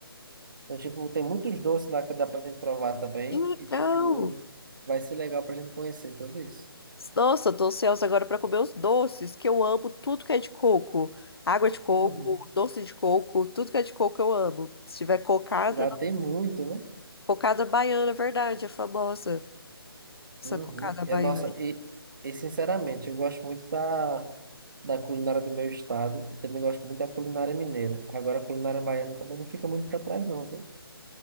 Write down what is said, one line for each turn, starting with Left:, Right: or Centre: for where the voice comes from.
Right: Então, tipo, tem muitos doces lá que dá pra gente provar também.
Left: Que legal.
Right: E, tipo, vai ser legal pra gente conhecer tudo isso.
Left: Nossa, eu tô ansiosa agora pra comer os doces, que eu amo tudo que é de coco. Água de coco,
Right: Uhum.
Left: doce de coco, tudo que é de coco eu amo. Se tiver cocada,
Right: E lá tem muito, né?
Left: cocada baiana, é verdade, é famosa. Essa
Right: Uhum.
Left: cocada baiana.
Right: E, nossa, e, e sinceramente, eu gosto muito da, da culinária do meu estado. E também gosto muito da culinária mineira. Agora, a culinária baiana também não fica muito para trás, não, viu?